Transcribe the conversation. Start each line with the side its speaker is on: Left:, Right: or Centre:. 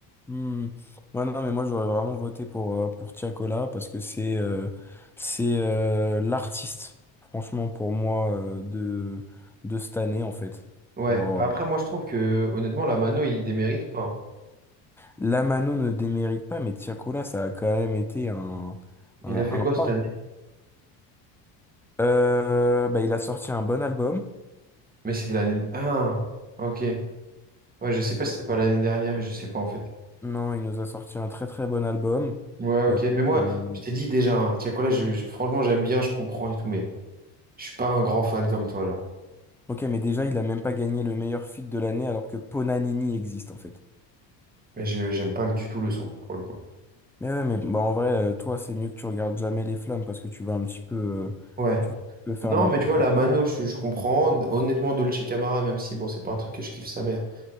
Centre: Hmm. Ouais, non, mais moi, j'aurais vraiment voté pour, euh, pour Tiakola parce que c'est euh, c'est euh, l'artiste, franchement, pour moi, euh, de, de cette année en fait.
Right: Ouais,
Centre: Genre,
Right: Bah après, moi, je trouve que, honnêtement, la Mano, il démérite pas. hein.
Centre: Lamano ne démérite pas, mais Tiakola, ça a quand même été un,
Right: Il
Centre: un,
Right: a fait
Centre: un
Right: quoi
Centre: pain.
Right: cette année?
Centre: Euh, bah, il a sorti un bon album.
Right: Mais c'était l'année. Ah, ok. Ouais, je sais pas si c'était pas l'année dernière, je sais pas en fait.
Centre: Non, il nous a sorti un très très bon album.
Right: Ouais, ok.
Centre: Euh,
Right: Mais moi,
Centre: euh,
Right: je t'ai dit déjà, hein, Tiakola, je, je- franchement, j'aime bien, je comprends et tout, mais je suis pas un grand fan comme toi, genre.
Centre: ok, mais déjà, il a même pas gagné le meilleur feat de l'année alors que Ponanini existe en fait.
Right: Mais je j'aime pas du tout le son, pour le coup.
Centre: Mais ouais, mais bah, en vrai, euh, toi, c'est mieux que tu regardes jamais les flammes parce que tu vas un petit peu, euh,
Right: Ouais.
Centre: tu vas un petit peu faire
Right: Non,
Centre: n'importe
Right: mais tu vois, la Mano,
Centre: quoi.
Right: je, je comprends. Honnêtement, Dolce Camara, même si, bon, c'est pas un truc que je kiffe sa mère,